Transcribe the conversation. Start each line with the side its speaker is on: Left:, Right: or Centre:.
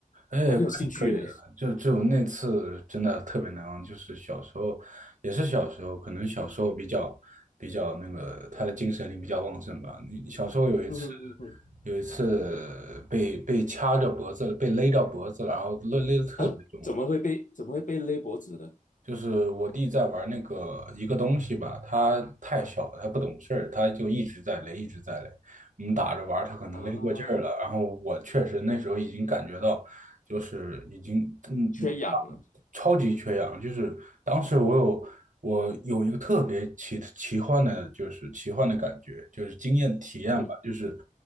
Right: 哎，
Left: 蛮有兴趣的。
Right: 可以可以的，就就那次真的特别难忘，就是小时候，也是小时候，可能小时候比较比较那个，他的精神力比较旺盛吧。你小时候有一次，
Left: 嗯哼嗯哼，
Right: 有一次被被掐着脖子了，被勒到脖子了，然后勒勒得特别重，
Left: 啊，怎么会被怎么会被勒脖子呢？
Right: 就是我弟在玩那个一个东西吧，他太小了，他不懂事儿，他就一直在勒，一直在勒。我们打着玩儿，他可能勒过劲儿了。
Left: 啊，
Right: 然后我确实那时候已经感觉到，就是已经嗯
Left: 缺氧了。
Right: 超级缺氧，就是当时我有我有一个特别奇奇幻的，就是奇幻的感觉，就是经验体验吧，
Left: 嗯哼，
Right: 就是